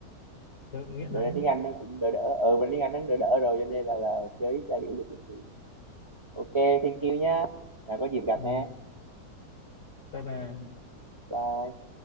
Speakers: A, on the left; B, on the right.
A: chơi cũng nghiện
B: bữa
A: đấy.
B: nay tiếng Anh nó cũng đỡ đỡ ờ bữa nay tiếng Anh nó đỡ đỡ rồi cho nên là là chơi ít ra hiểu được một chút ok thank you nhá nào có dịp gặp
A: Ừ,
B: nha
A: bye bye.
B: bye